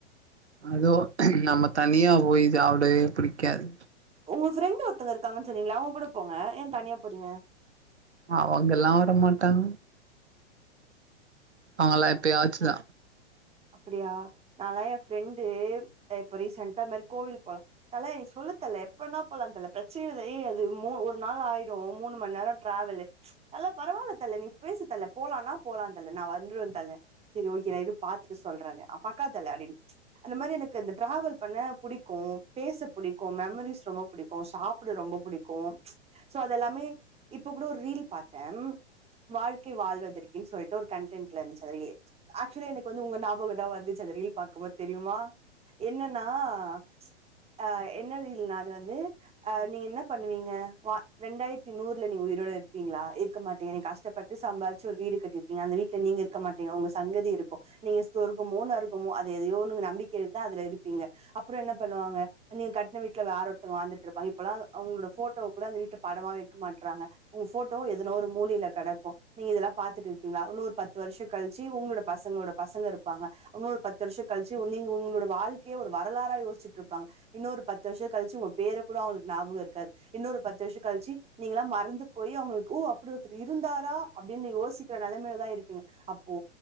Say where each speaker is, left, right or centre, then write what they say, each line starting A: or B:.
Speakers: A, on the right; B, on the right.
A: அதோ நம்ம தனியா போயி சாப்டவே பிடிக்காது
B: உங்க ஃப்ரெண்ட் ஒருத்தங்க இருக்காங்கன் சொன்னீங்கல அவுங் கூட போங்க ஏ தனியா போறீங்க
A: அவுங்கல்லா வரமாட்டாங்க அவுங்கல்லா எப்பயாச்சுதா
B: அப்படியா நாலா என் ஃப்ரெண்டு இப்ப ரீசெண்ட்டா இது மாரி கோயில் போலா. தல நீ சொல்லு தல. பண்ணா போலாந்தல பிரச்சன இல்ல ஏ அது மூ ஒரு. நாள் ஆயிரு மூணு மணி நேரோ ட்ரேவல்லு ம்ச் அதுல்லா பரவால்ல தல நீ பேசு தலபோலானா போலாந்தல நா வந்துருவ தல செரி ஓகே எது. பாத்துட்டு சொல்றனு அ பக்காத்தல ஆப்டின்னு ம்ச். அந்த மாரி எனக்கு அந்த டிராவல் பண்ண புடிக்கு பேச புடிக்கு மெமரிஸ் ரொம்ப புடிக்கு சாப்புட ரொம்ப புடிக்கு ம்ச் சோ அதெல்லாமே இப்ப கூட ஒரு ரீல் பாத்த வாழ்க்கை வாழ்வதற்கு. ன்னு சொல்லிட்டு ஒரு கன்டென்ட்ல இருந்துச்சி. <unintelligible> ம்ச் ஆச்சுலி எனக்கு. இப்ப வந்து உங்க ஞாபகோதா வந்துச்சு அந்த ரீல் பாக்கும்போது தெரியுமா. என்னன்னா ம்ச் என்ன ரீல்னா அது வந்து நீ என்ன பண்ணுவீங்க வ ரெண்டாயிரத்தி நூறுல நீங்க. எங்களோட இருப்பீங்களா இருக்க மாட். டீங்க நீங்க கஷ்டப்பட்டு சம்பாதிச்சு ஒரு வீடு கட்டிருப்பீங்க அந்த வீட்டுல நீங்க இருக்க மாட்டீங்க உங்க சங்கதி இருக்கு. நீயூஸ். சொர்கமோ நரகமோ அது எதையோ ஒண்ண நம்பி. <unintelligible> இருப்பீங்க அப்புறோ என்ன பண்ணுவாங்க நீங்க கட்ன வீட்ல வேற ஒருத்தவங்க வாழ்ந்துட்டு இருப்பாங்க இப்பெல்லா அவங்களோட போட்டோ கூட அந்த வீட்ல படமா வைக்க மாட்டாற்றாங்க உங்க போட். டோ எதனோ ஒரு மூலைல கெடக்கு. நீங்க இதெல்லா பாத்துட்டு இருப்பீங்களா உன்னொரு பத்து வருஷோ கழிச்சு உங்களோட பசங்களோட. பசங்க இருப்பாங்க ஒன்னொரு பத்து வருஷோ. கழிச்சு நீங்க உங்களோட வாழ்க்கையே ஒரு வ. வரலாரா யோசிச்சிட்டு இருப்பாங்க இன்னொரு. பத்து வருஷோ கழிச்சு உங்க உங்க பேர கூட அவங்களுக்கு ஞாபகோ இருக். காது இன்னொரு பத்து வருஷம். கழிச்சி நீங்களாம் மறந்து போய் அவங்களுக்கு. ஓ அப்படி ஒரு. த்துரு இருந்தாரா அப்படின்னு யோசிக்கிற நெலமையிலதா இருப்பீங்க அப்போ